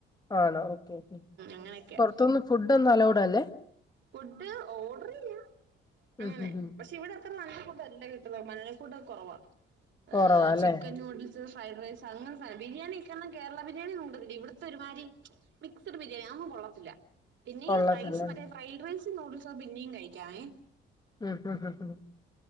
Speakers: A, on the left; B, on the right.
A: ആണോ ഓക്കെ ഓക്കെ
B: അങ്ങനെയൊക്കെയാ
A: പൊറത്തുന്ന് ഫുഡ്‌ടൊന്നും അലോഡ് അല്ലേ
B: ഫുഡ് ഓഡർ ചെയ്യാം അങ്ങനെ
A: ഉം ഉം ഉം
B: പ ക്ഷെ ഇവിടെ അത്ര നല്ല ഫുഡല്ല കിട്ടുന്നെ മലളി ഫുടൊക്കെ കൊറവാ
A: കൊറവാ
B: ഏഹ്
A: അല്ലേ
B: ചിക്കൻ നൂഡിൽസ് സ് ഫ്രൈഡ് റൈസ് അങ്ങനത്തെ സാനം ബിരിയാണിയൊക്കെ പറഞ്ഞ കേരള ബിരിയാണിയൊന്നും കിട്ടത്തില്ല ഇവിടത്തെ ഒരുമാരി മിക്സഡ് ബിരിയാണി അതൊന്നും കൊള്ളത്തില്ല പിന്നെയി
A: കൊള്ളത്തില്ല
B: റൈസ് മറ്റേ ഫ്രൈഡ് റൈസും നൂഡിൽസൊക്കെ പിന്നെയും കഴിക്കാമേ
A: ഉം ഉം ഉം ഉം